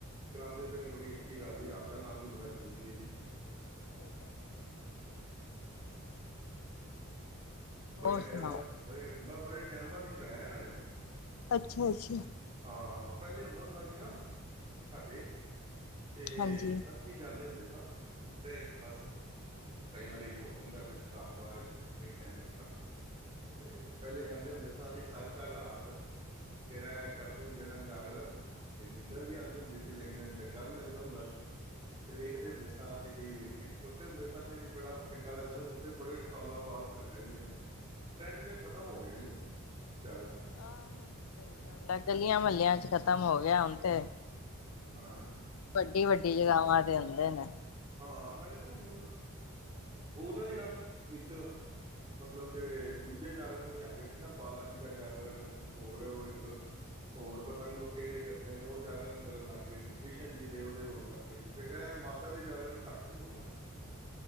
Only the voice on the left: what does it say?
ਸਹੀ ਗੱਲ ਐ।
ਹੋਰ ਸੁਣਾਓ
ਅੱਛਾ ਅੱਛਾ।
ਹਾਂਜੀ
ਅੱਛਾ
ਅੱਛਾ
ਆਹ ਸਹੀ ਗੱਲ ਏ, ਗਲ ਲੀਆਂ, ਮਹੱਲਿਆਂ ਚ ਖਤਮ ਹੋ ਗਿਆ ਹੁਣ ਤੇ
ਵੱਡੀ, ਵੱਡੀ ਜਗ੍ਹਾਵਾਂ ਕਰੋਂਦੇ ਨੇ